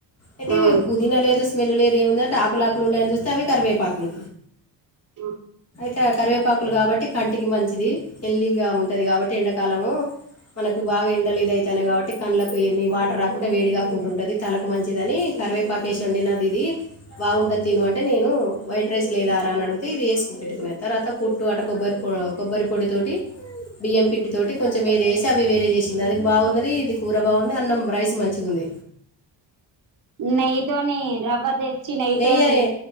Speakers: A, on the left (about 35°); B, on the right (about 45°).
A: అయితే
B: ఆ
A: పుదీన లేదు స్మెల్ లేదు <unintelligible> పపలాకులున్నాయని చూస్తే అవి కరివేపాకులు
B: అ
A: ఇ కరివేపాకులు కాబట్టి కంటికి మంచిది హెల్దీగ ఉంటది కాబట్టి ఎండాకాలము మనకు బాగ ఎండలు ఇద అైతానా యి కాబట్టి కళ్ళలకు ఎన్ని వాటర్ రాకుంటడా వేడి కాకుంటది తలకు మంచిది అని కరివేపాకు వేసి ఉండి నాదీదీ బాగుంటాది తిను అంటే నేను వైట్ రైస్ లేదారా అని అడిగితే ఇది వేసుకు పెట్టుకునే తర్వాత పుట్టు అటు కొబ్బరి పో కొబ్బరి పొడి తోటి బియ్యం పిండి తోటి కొంచెం ఏదో వేసి అవి వేరే చేసింది అది బాగున్నది ఇది కూర బాగుంది అన్నం రైస్ మంచిగా ఉంది
B: నెయ్యతోని రవ్వ తెచ్చి నెయితోని
A: నెయ్యి